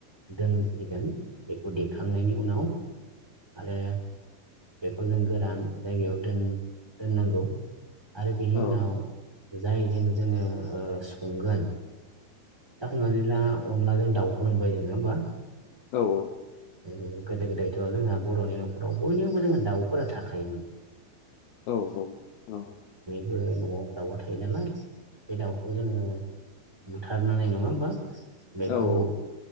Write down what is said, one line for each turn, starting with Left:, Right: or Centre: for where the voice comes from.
Centre: दोनसिगोन बेखौ देखांनायनि उनाव आरो बेखौ जों गोरान जायगायाव दोननांगौ आरो बेनि
Left: औ
Centre: उनाव। जायजों जोङो ओ संगोन दा हमनानै ला। अनद्लाजों दाउखौनो होनबाय जों नङा होमबा?
Left: औ औ।
Centre: ओ गोदो गोदायथ' जोंहा बर'नि न'खराव बयनियावबो जोंहा दाउफोरा थाखायोमोन।
Left: औ औ औ।
Centre: बो न'वाव दाउवा थायो नालाय बे दाउखौ जोङो। बुथारनानै नङा होमबा बेखौ
Left: औ